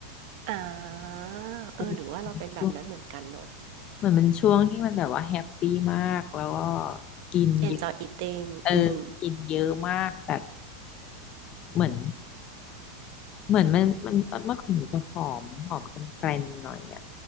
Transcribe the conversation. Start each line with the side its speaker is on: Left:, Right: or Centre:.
Right: อ่า
Left: แต่ช่วง
Right: เออหรือว่าเราเป็นแบบนั้นเหมือนกันเนาะ
Left: เหมือนมันช่วงที่มันแบบว่าแฮปปี้มากแล้วก็กินเยอะ
Right: enjoy eating
Left: เออกินเยอะมากแบบ
Right: อืม
Left: เหมือน เหมือนมันมันตอนเมื่อก่อนหนูจะผอมผอมกลมแกลนหน่อยอ่ะ